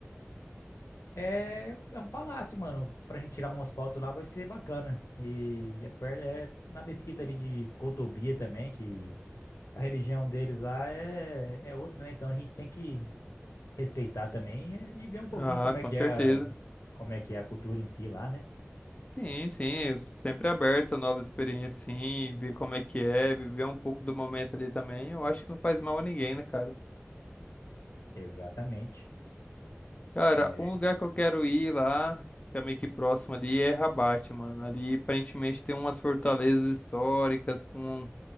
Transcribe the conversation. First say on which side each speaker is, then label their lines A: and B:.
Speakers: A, on the left; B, on the left.
A: É, é um palácio, mano. Pra gente tirar umas fotos lá vai ser bacana. E é, per- é na mesquita ali de Cotobia também, que a religião deles lá é, é outra, né? Então a gente tem que respeitar também e, e ver um pouquinho
B: Ah,
A: como é
B: com
A: que
B: certeza.
A: é a, como é que é a cultura em si lá, né?
B: Sim, sim, eu sempre aberto a novas experiências, sim, ver como é que é, viver um pouco do momento ali também. Eu acho que não faz mal a ninguém, né, cara?
A: Exatamente.
B: Cara,
A: É
B: um lugar que eu quero ir lá, que é meio que próximo ali, é Rabat, mano. Ali aparentemente tem umas fortalezas históricas com